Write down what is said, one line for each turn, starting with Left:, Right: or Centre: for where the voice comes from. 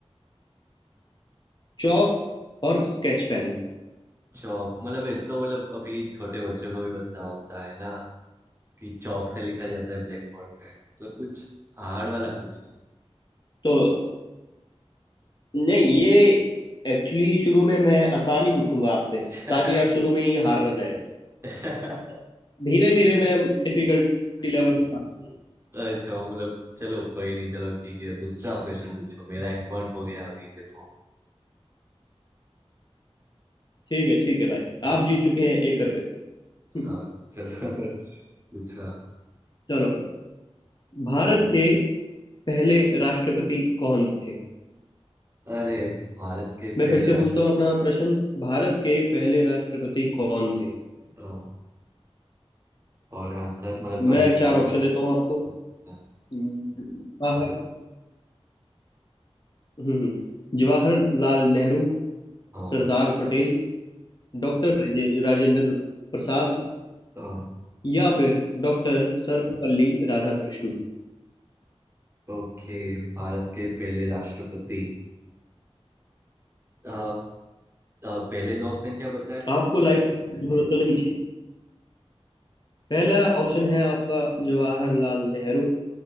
Left: Chalk और स्केच पेन
Right: चौक मतलब ये तो मतलब अभी छोटे बच्चों को भी पता होता है ना कि चौक से लिखा जाता है ब्लैक बोर्ड पे मतलब कुछ हार्ड वाला पूछो
Left: तो नहीं ये एक्चुअली शुरू में मैं आसान ही पूछूंगा आपसे
Right: <laughs> अच्छा
Left: ताकि आप शुरू में ही हार ना जाए
Right: अच्छा
Left: धीरे धीरे मैं डिफिकल्टी लेवल में आता हूँ।
Right: मतलब चलो कोई नहीं चलो ठीक है दूसरा क्वेश्चन पूछो मेरा एक पॉइंट हो गया अभी देखो
Left: ठीक है ठीक है भाई
Right: हम्म,
Left: आप जीत चुके हैं एक कर पे <laughs>
Right: हाँ चलो <laughs> दूसरा
Left: चलो भारत के पहले राष्ट्रपति कौन थे
Right: अरे भारत के
Left: मैं
Right: पहले
Left: फिर से पूछता
Right: राष्ट्रपति
Left: हूँ अपना प्रश्न भारत के पहले राष्ट्रपति कौन थे
Right: हाँ, और आंसर मतलब सॉरी
Left: मैं चार
Right: आंसर
Left: ऑप्शन
Right: नहीं
Left: देता हूँ आपको
Right: हाँ, सर
Left: जवाहर हम्म हम्म, जवाहरलाल नेहरू
Right: हाँ
Left: सरदार पटेल डॉक्टर राजे- राजेंद्र प्रसाद
Right: हाँ,
Left: या फिर डॉक्टर सर्वपल्ली राधाकृष्णन
Right: ओके भारत के पहले राष्ट्रपति अ, अ, पहले दो ऑप्शन क्या बताए
Left: आपको लाइफ की जरूरत तो नहीं चाहिए पहला ऑप्शन है आपका जवाहरलाल नेहरू